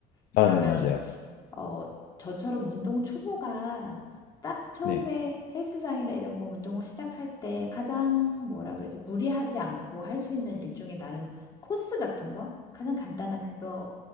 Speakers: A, on the left; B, on the left.
A: 그러면
B: 아, 네, 맞아요.
A: 어, 저처럼 운동 초보가 딱 처음에
B: 네.
A: 헬스장이나 이런 거 운동을 시작할 때 가장 뭐라 그러지? 무리하지 않고 할 수 있는 일종의 나름 코스 같은 거? 가장 간단한 그거